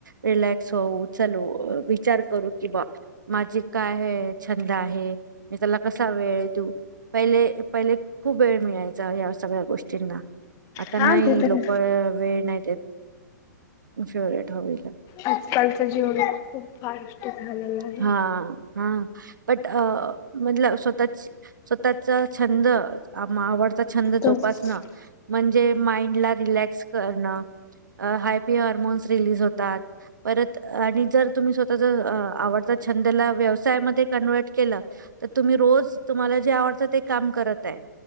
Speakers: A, on the right; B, on the left.
A: रिलक्स होऊन विचार करू की माझी काय छंद आहे मी त्याला कसा वेळ देऊ पहिले पहिले खूप वेळ मिळायचा या सगळ्या गोष्टींना आता
B: हा
A: नाही
B: ते तर
A: लोके वेळ नाहीत फेवरेट हवील
B: आजकालचं जीवन खूप फास्ट झालेलं आहे
A: हा हा बट म्हल स्वतः स्वतःचा छंद आवड छंद
B: हो
A: जोपासणं म्हणजे माइंडल रिलॅक्स करणे हाय अरमान रिलीज होतात परत आणि जर आवडता छंद छंद व्यवसायामध्ये कन्वर्ट केलं तर तुम्ही रोज तुम्हाला जे आवडत ते काम करत आहे